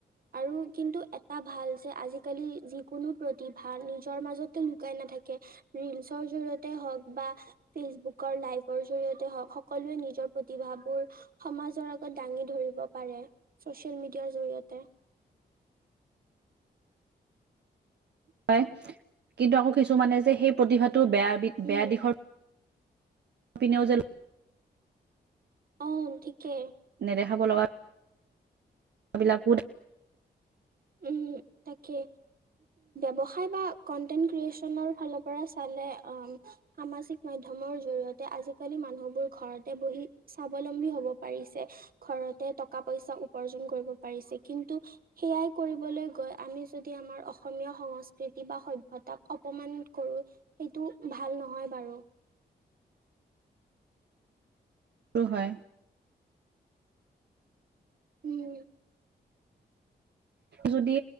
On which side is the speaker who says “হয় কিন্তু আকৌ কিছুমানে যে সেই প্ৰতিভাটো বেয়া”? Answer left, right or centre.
Right